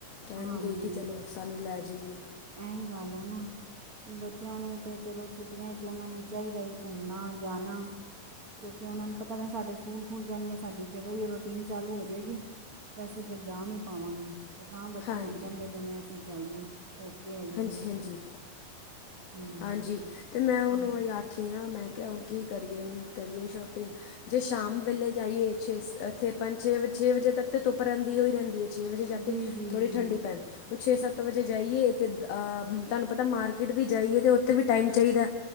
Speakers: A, on the left (about 85°); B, on the right (about 25°).
A: ਕਹਿਣਗੇ
B: ਹਾਂਜੀ
A: ਕਿ ਚਲੋ ਸਾਨੂੰ ਲੈ ਜਾਈਏ
B: ਸਹੀ ਗੱਲ ਹੈ ਨਾ ਬੱਚਿਆਂ ਨੂੰ ਤੇ ਚਲੋ ਛੁੱਟੀਆਂ ਚ ਉਹਨਾਂ ਨੂੰ ਚਾਹੀਦਾ ਹੈ ਘੁੰਮਨਾ ਜਾਣਾ ਕਿਉਂਕਿ ਉਹਨਾਂ ਨੂੰ ਪਤਾ ਫਿਰ ਸਾਡੇ ਸਕੂਲ ਖੁੱਲ ਜਾਣਗੇ ਸਾਡੀ ਫਿਰ ਉਹੀ ਰੂਟੀਨ ਚਾਲੂ ਹੋ ਜਾਏਗੀ ਤੇ ਅਸੀਂ ਫਿਰ ਜਾ ਨਹੀਂ ਪਾਵਾਂਗੇ ਤੇ ਤਾਂ ਬੱਚੇ
A: ਹਾਂਜੀ
B: ਹੁਣ ਕਹਿੰਦੇ ਪਏ ਨੇ ਅਸੀਂ ਜਾਈਏ ਹੋ ਕੇ ਆਈਏ
A: ਹਾਂਜੀ ਹਾਂਜੀ
B: ਹੂੰ
A: ਹਾਂਜੀ ਤੇ ਮੈਂ ਉਹਨੂੰਂ
B: ਆਹ
A: ਆਖੀ ਹ ਮੈਂ ਕਿ ਹ ਕੀ ਕਰੀੁਣ ਕਰੀਏ ਸ਼ੋਪਿੰਗ ਜੇ ਸ਼ਾਮ ਵੇਲੇ ਜਾਈਏ ਛੇ ੱਥੇ ਪੰਜ ਛੇ ਵੇ ਛੇ ਵਜੇ ਤੱਕ ਤਾਂ ਧੁੱਪ ਰਹਿੰਦੀ ਹੋਈ ਰਹਿੰਦੀ ਹੈ ਛੇ ਵਜੇ ਜਾ
B: ਜੀ
A: ਕੇ
B: ਜੀ
A: ਥੋੜ੍ਹੀ
B: ਜੀ
A: ਠੰਡੀ ਪੈਂਦੀ ਉਹ ਛੇ ਸੱਤ ਵਜੇ ਜਾਈਏ ਅਤੇ ਤੁਹਾਨੂੰ ਪਤਾ ਮਾਰਕੀਟ ਵੀ ਜਾਈਏ ਅਤੇ ਉੱਥੇ ਵੀ ਟਾਈਮ ਚਾਹੀਦਾ